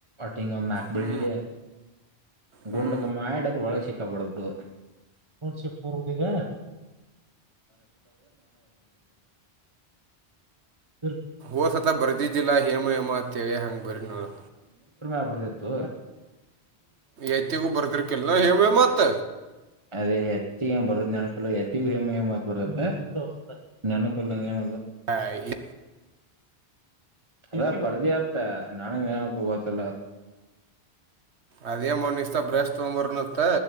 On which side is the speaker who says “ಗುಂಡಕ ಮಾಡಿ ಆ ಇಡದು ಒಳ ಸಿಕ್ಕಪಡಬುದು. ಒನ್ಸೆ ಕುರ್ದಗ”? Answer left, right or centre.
Right